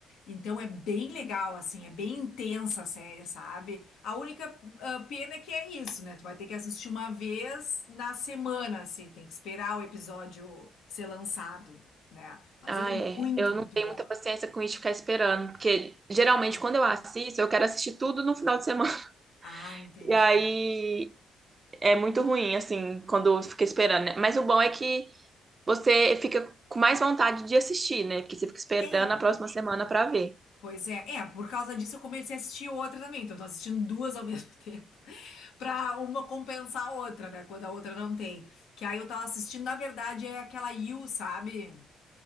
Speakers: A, on the left; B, on the right.
A: Então é bem legal, assim, é bem intensa a série, sabe? A única ah, pena é que é isso, né? Tu vai ter que assistir uma vez na semana, assim, tem que esperar o episódio ser lançado, né? Mas
B: Ah,
A: é
B: é.
A: muito,
B: Eu não
A: muito
B: tenho
A: boa.
B: muita paciência com isso de ficar esperando, porque geralmente quando eu assisto, eu quero assistir tudo no final de semana. <laughs>
A: Ah, entendi.
B: E aí é muito ruim, assim, quando fica esperando, né? Mas o bom é que você fica com mais vontade de assistir, né? Porque você fica esperando
A: É,
B: a próxima semana pra ver.
A: pois é. É, por causa disso eu comecei a assistir outra também. Então, eu tô assistindo duas ao <laughs> mesmo tempo. Pra uma compensar a outra, né? Quando a outra não tem. Que aí eu tava assistindo, na verdade, é aquela You, sabe?